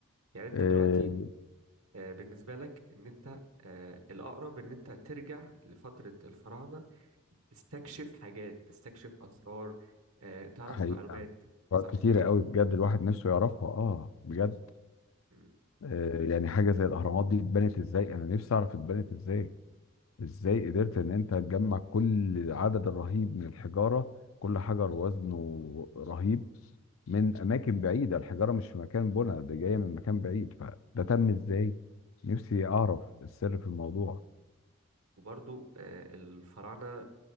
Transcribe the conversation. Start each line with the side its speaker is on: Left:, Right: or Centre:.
Right: يعني انت
Left: إيه،
Right: دلوقتي آه، بالنسبة لك ان انت آه، الأقرب ان انت ترجع لفترة الفراعنة تستكشف حاجات تستكشف أسرار آه، تعرف
Left: حقيقة
Right: معلومات صح
Left: كتيرة
Right: كده؟
Left: قوي بجد الواحد نفسه يعرفها اه بجد
Right: مم.
Left: إيه، يعني حاجة زي الأهرامات دي اتبنت ازاي انا نفسي اعرف اتبنت ازاي ازاي قدرت ان انت تجمع كل العدد الرهيب من الحجارة كل حجر وزنه رهيب من اماكن بعيدة الحجارة مش في مكان بنا ده جاية من مكان بعيد فده تم ازاي نفسي اعرف السر في الموضوع
Right: وبرضو آه، الفراعنة